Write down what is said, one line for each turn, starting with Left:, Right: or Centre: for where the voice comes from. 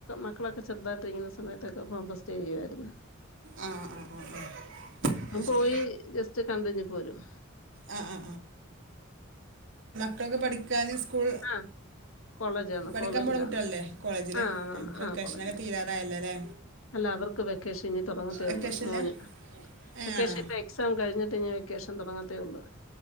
Left: മക്കളെ ചെറുതായിട്ട് ഇങ്ങുന്ന സമയത്തൊക്കെ പോകുമ്പോ സ്റ്റേ ചെയുവായിരുന്നു
Right: ആ ആ ആ ആ
Left: ഇപ്പം
Right: അത് ശരി
Left: പോയി ജസ്റ്റ് കണ്ടഞ്ഞ് പോരും
Right: ആ ആ കുട്ടക്കെ പഠിക്കാൻ സ്കൂൾ
Left: ആ കോളേജാണ്
Right: പഠിക്കാൻ
Left: കോളേജിലാണ്.
Right: പോകണ കുട്ടികളല്ലേ കോളേജിൽ
Left: ആ ആന്ന്
Right: വൊക്കേഷനൊക്കെ
Left: ആ കോളേജില്.
Right: തീരാറായല്ലോ അല്ലേ
Left: അല്ല അവർക്ക് വെ വെക്കേഷൻ ഇനി തുടങ്ങത്തേ
Right: വെക്കേഷനില്
Left: ഉള്ളൂ മൂന്ന്
Right: ഏ
Left: വെക്കേഷൻ
Right: ആണോ
Left: ഇപ്പോം എക്സാം കഴിഞ്ഞിട്ട് ഇനി വെക്കേഷൻ തുടങ്ങത്തേ ഉള്ളൂ